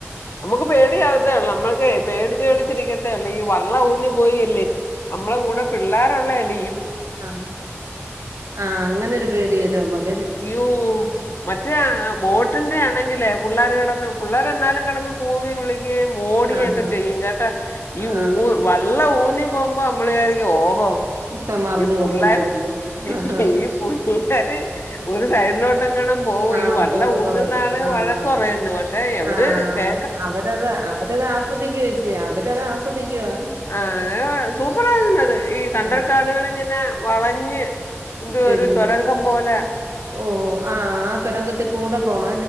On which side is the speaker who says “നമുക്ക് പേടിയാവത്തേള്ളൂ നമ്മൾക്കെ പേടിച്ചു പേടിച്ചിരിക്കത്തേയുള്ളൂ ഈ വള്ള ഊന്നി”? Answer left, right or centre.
Left